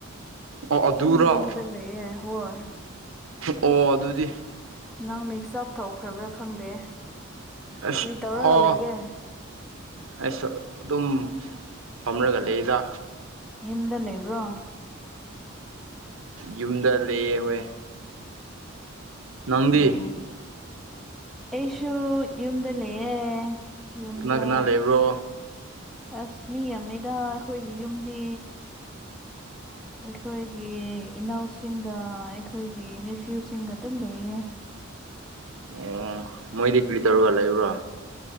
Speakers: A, on the right; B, in the centre.
A: ꯑꯣ
B: ꯑꯗꯨꯝ
A: ꯑꯗꯨꯔꯣ
B: ꯌꯨꯝꯗ ꯂꯩꯌꯦ ꯍꯣꯏ
A: ꯑꯣ ꯑꯗꯨꯗꯤ
B: ꯅꯪ ꯃꯤꯛꯁ ꯑꯞ ꯇꯧꯈ꯭ꯔꯕ꯭ꯔꯥ ꯈꯪꯗꯦ
A: ꯑꯁ
B: ꯀꯔꯤ ꯇꯧꯔꯒ
A: ꯑꯣ
B: ꯂꯩꯒꯦ
A: ꯑꯩꯁꯨ ꯑꯗꯨꯝ ꯐꯝꯔꯒ ꯂꯩꯕ꯭ꯔ
B: ꯌꯨꯝꯗ ꯂꯩꯕ꯭ꯔꯣ
A: ꯌꯨꯝꯗ ꯂꯩꯌꯦ ꯍꯣꯏ ꯅꯪꯗꯤ
B: ꯎꯝ ꯑꯩꯁꯨ ꯌꯨꯝꯗ ꯂꯩꯌꯦ ꯌꯨꯝꯗ
A: ꯀꯅꯥ ꯀꯅꯥ ꯂꯩꯕ꯭ꯔꯣ
B: ꯑꯁ ꯃꯤ ꯌꯥꯝꯃꯤꯗ ꯑꯩꯈꯣꯏꯒꯤ ꯌꯨꯝꯗꯤ ꯑꯩꯈꯣꯏꯒꯤ ꯏꯅꯥꯎꯁꯤꯡꯒ ꯑꯩꯈꯣꯏꯒꯤ ꯅꯦꯐ꯭ꯌꯨꯁꯤꯡꯒ ꯑꯗꯨꯝ ꯂꯩꯌꯦ
A: ꯑꯣ ꯃꯣꯏꯗꯤ ꯀ꯭ꯔꯤ ꯇꯧꯔꯒ ꯂꯩꯕ꯭ꯔꯣ